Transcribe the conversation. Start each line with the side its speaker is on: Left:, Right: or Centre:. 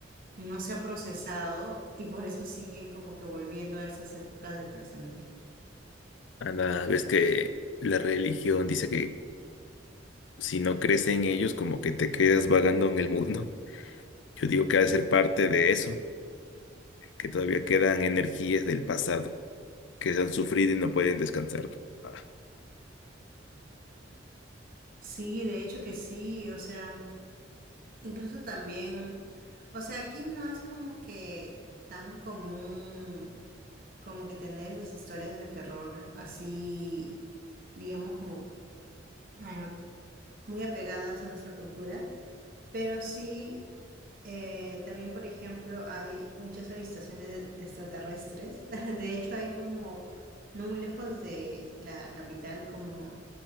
Right: no se ha procesado y por eso siguen como que volviendo a esas épocas del presente.
Left: Anda, ves que la religión dice que si no crees en ellos, como que te quedas vagando en el mundo. Yo digo que ha de ser parte de eso, que todavía quedan energías del pasado que se han sufrido y no pueden descansar. Ah,
Right: Sí, de hecho que sí, o sea... Incluso también, o sea, aquí no es como que tan común como que tener esas historias de terror así, digamos, como eh, muy apegadas a nuestra cultura, pero sí, eh, también, por ejemplo, hay muchas avistaciones de, de extraterrestres. <laughs> De hecho, hay como, no muy lejos de la capital, como